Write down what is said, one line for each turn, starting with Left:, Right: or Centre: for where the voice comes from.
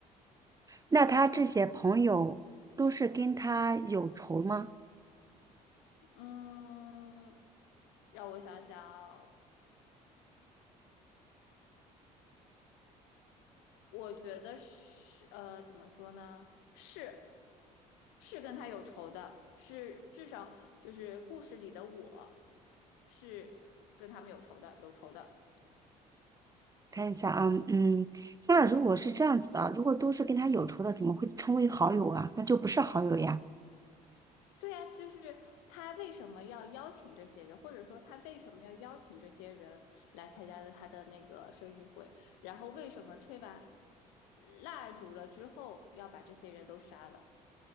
Right: 那他这些朋友都是跟他有仇吗？
Left: 嗯，让我想想啊，我觉得是，呃，怎么说呢？是，是跟他有仇的，是至少就是故事里的我是跟他们有仇的，有仇的。
Right: 看一下啊，嗯，那如果是这样子的，如果都是跟他有仇的，怎么会称为好友啊？那就不是好友呀。
Left: 对呀，就是他为什么要邀请这些人，或者说他为什么要邀请这些人来参加的他的那个生日会，然后为什么吹完蜡烛了之后要把这些人都杀了？